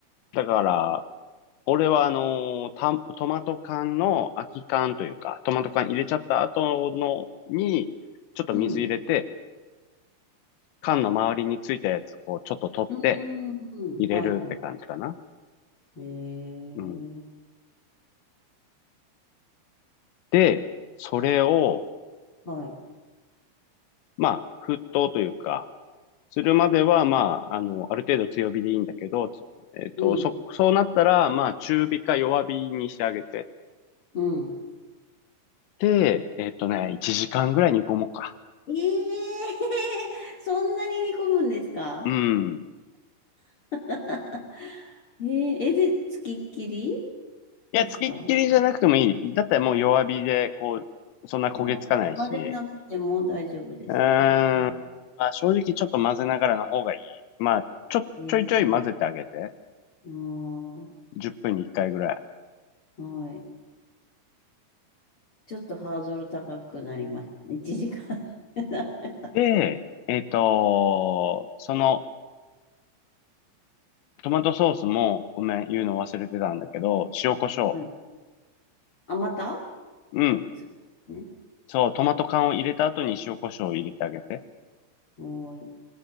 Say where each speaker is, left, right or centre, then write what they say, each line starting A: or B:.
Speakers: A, on the left; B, on the left.
A: だから、俺はあのーた、トマト缶の空き缶というか、トマト缶入れちゃった後のに、ちょっと水入れて、
B: うん。
A: 缶の周りについたやつ、こう、ちょっと取って
B: うー
A: 入れるって感じかな。
B: ん。はいはい。
A: うん。
B: ええ
A: で、それを、
B: はい。
A: まあ、沸騰というか、するまでは、まあ、あの、ある程度強火でいいんだけど、えっと、
B: うん。
A: そ、そうなったら、まあ、中火か弱火にしてあげて、
B: うん。
A: で、えっとね、1時間ぐらい煮込もうか。
B: ええ <laughs> そんなに煮込むんですか
A: うん。
B: <laughs> えええ、で、つきっきり
A: いや、
B: ですか
A: つきっきりじゃなくてもいい。だったらもう弱火で、こう、そんな焦げつかないし。
B: あ、混ぜなくても大丈夫ですかうん
A: うーん、まあ正直ちょっと混ぜながらの方がいい。まあ、ちょ、
B: ええ
A: ちょいちょい混ぜてあげて。
B: あー
A: 10分に1回ぐらい。
B: はい。ちょっとハードル高くなりましたね。1時間。<laughs>
A: で、えっと、その、トマトソースも、ごめん、言うの忘れてたんだけど、塩コショウ。
B: はい。あ、また
A: うん。
B: そうですね。
A: そう、トマト缶を入れた後に塩コショウを入れてあげて。
B: はい